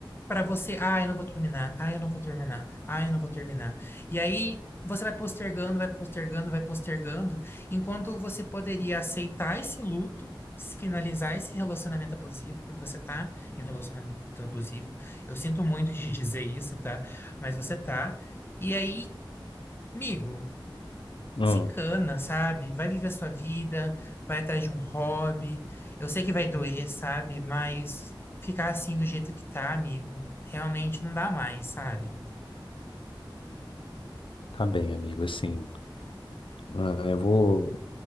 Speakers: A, on the left; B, on the left.
A: para você, ah, eu não vou terminar, ah, eu não vou terminar, ah, eu não vou terminar. E aí você vai postergando, vai postergando, vai postergando, enquanto você poderia aceitar esse luto se finalizar esse relacionamento abusivo, porque você tá em um relacionamento abusivo. Eu sinto muito de <laughs> dizer isso, tá? Mas você tá. E aí, amigo,
B: Hum,
A: desencana, sabe? Vai viver a sua vida, vai atrás de um hobby. Eu sei que vai doer, sabe? Mas ficar assim do jeito que tá, amigo, realmente não dá mais, sabe?
B: tá bem, amigo, assim. Ah, eu vou.